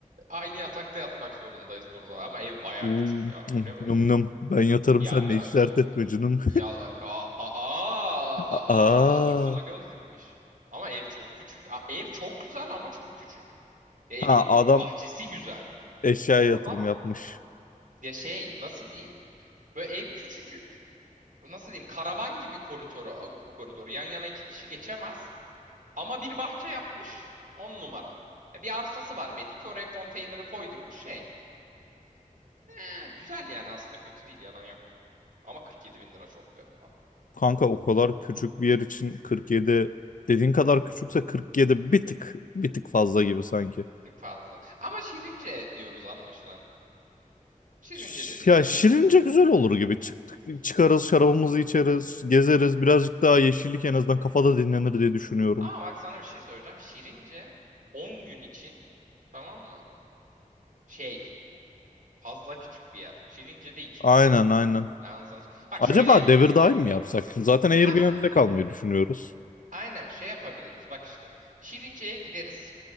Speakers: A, on the right (about 65°); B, on the left (about 70°).
A: aynı yatakta yatmak zorundayız burada ama ev baya
B: Uuu
A: küçük ya.
B: num
A: Bu ne böyle?
B: num num. ben yatarım
A: Ya
B: sen
A: ben
B: de hiç dert etme canım.
A: ya aa aa
B: <laughs>
A: aa
B: Aa.
A: ırzıma göz dikmiş. Ama ev çok küçük. Aa, ev çok güzel ama çok küçük. Ya evin
B: Ha adam
A: bahçesi güzel.
B: eşyaya yatırım
A: Adam
B: yapmış.
A: ya şey nasıl diyeyim? Böyle ev küçücük. Nasıl diyeyim? Karavan gibi koridoru, koridoru. Yan yana iki kişi geçemez. Ama bir bahçe yapmış. On numara. E, Bir arsası var belli ki oraya konteyneri koydurmuş şey. Ee, güzel yani aslında kötü değil yalan yok. Ama 47 bin lira çok be buna.
B: Kanka o
A: Yalan
B: kadar
A: yok.
B: küçük bir yer için 47 dediğin kadar küçükse 47 bir tık bir tık fazla gibi sanki.
A: Çok fazla. Ama Şirince diyoruz anlaşılan. Şirince
B: Ş-
A: dedik
B: Ya
A: gibi.
B: şirince güzel olur gibi. Çıktık, çıkarız şarabımızı içeriz, gezeriz. Birazcık daha yeşillik en azından kafada dinlenir diye düşünüyorum.
A: Ama bak sana bir şey söyleyeceğim. Şirince 10 gün için tamam mı? Şey fazla küçük bir yer. Şirince'de iki
B: Aynen
A: gün.
B: aynen.
A: Ben sana... Bak
B: Acaba
A: şöyle yaparız.
B: devir daim mi yapsak? Zaten Airbnb'de
A: Hah
B: kalmayı düşünüyoruz.
A: aynen şey yapabiliriz bak işte. Şirince'ye gideriz.